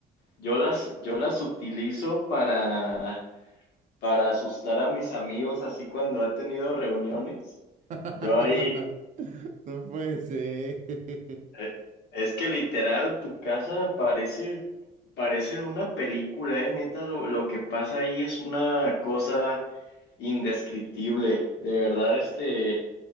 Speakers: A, on the left (about 85°); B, on the right (about 45°).
A: yo las, yo las utilizo para, para asustar a mis amigos, así cuando he tenido reuniones.
B: <laughs>
A: Yo ahí,
B: No puede ser. <laughs>
A: Eh, Es que literal tu casa parece, parece de una película, eh, neta, lo, lo que pasa ahí es una cosa indescriptible. De verdad, este